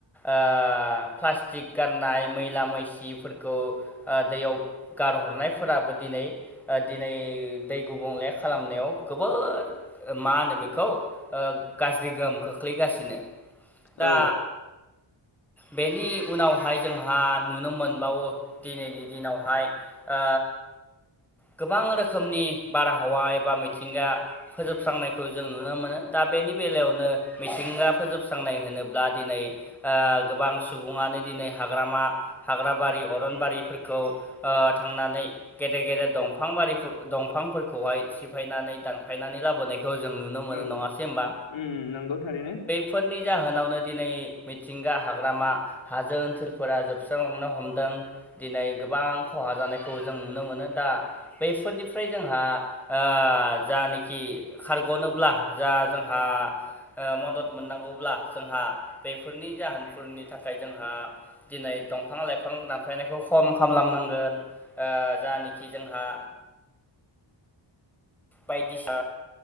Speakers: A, in the centre; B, on the left.
A: ओ प्लास्टिक गारनाय मैला मैसिफोरखौ दैयाव। गारहरनायफोराबो दिनै दिनै दै गुबुंले खालामनायाव गोबां मा होनो बेखौ गाज्रि गोहोम खोख्लैगासिनो।
B: औ
A: दा बेनि उनावहाय जोंहा नुनो मोनबावो दिनैनि दिनावहाय। ओ गोबां रोखोमनि बारहावा एबा मिथिंगा फोजोबस्रांनायखौ जों नुनो मोनो दा बेनि बेलायावनो मिथिंगा फोजोबस्रांनाय होनोब्ला दिनै। ओ गोबां सुबुङानो दिनै हाग्रामा हाग्राबारि अरनबारिफोरखौ। थांनानै गेदेर गेदेर दंफां बारि दंफांफोरखौहाय सिफायनानै दानफायनानै लाबोनायखौ जों नु‌ नों मोनो
B: औ
A: नाङासै होनबा।
B: उम नंगौ थारैनो
A: फोरनि जाहोनावनो दिनै मिथिंगा हाग्रामा हाजो ओनसोलफोरा जोबस्रांलांनो हमदों दिनै गोबां। खहा जानायखौ जों नुनो मोनो दा बेफोरनिफ्राय जोंहा ओ जानखि खारग'नोब्ला जा जोंहा मदद मोननांगौब्ला जोंहा बेफोरनि जाहोनफोरनि थाखाय जोंहा। दिनै दंफां लाइफां दानफायनायखौ खम खालामनांगोन। जानाखि जोंहा। बायदिसि